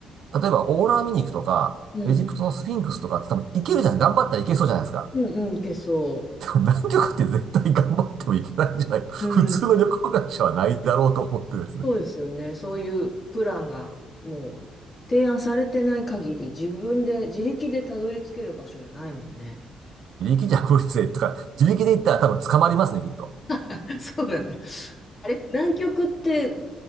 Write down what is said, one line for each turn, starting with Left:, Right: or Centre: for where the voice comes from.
Right: 例えばオーロラ見に行くとか、
Left: うん、
Right: エジプトのスフィンクスとかって多分行けるじゃない頑張ったら行けそうじゃないですか。
Left: うん、うんいけそ
Right: でも南極って絶対頑張っても行けないんじゃないか普通の旅行会社はないだろうと思ってですね。
Left: う。うん、そうですよね。そういうプランがもう提案されてない限り、自分で自力でたどり着ける場所じゃないもんね。
Right: 自力じゃ無理ぜとか、自力で行ったら多分捕まりますね、きっと。
Left: <laughs> そうなんだ。あれ、南極って